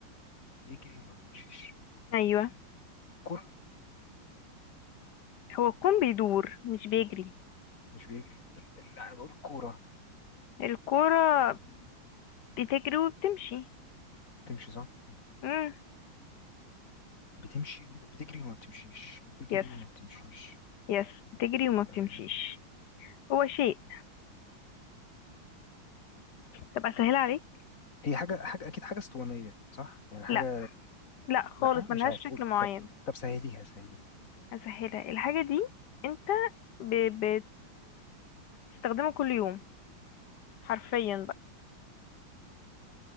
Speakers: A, on the left; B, on the left.
A: بيجري وما بيمشيش
B: ايوه
A: الكرة
B: هو الكون بيدور مش بيجري
A: مش بيجري ال- ال- لا انا بقول الكورة
B: الكرة بتجري وبتمشي
A: بتمشي صح مم.
B: امم
A: بتمشي بتجري وما بتمشيش بتجري
B: يس
A: وما بتمشيش
B: يس بتجري وما بتمشيش
A: آه
B: هو شيء طب اسهلها عليك
A: هي حاجة حاجة أكيد حاجة اسطوانية صح يعني حاجة
B: لا لا خالص
A: لا مش
B: ملهاش
A: عارف
B: شكل
A: قولي
B: معين
A: طب طب سهليها سهليها
B: اسهلها الحاجة دي انت ب... بت... بتستخدمه كل يوم حرفيا بقى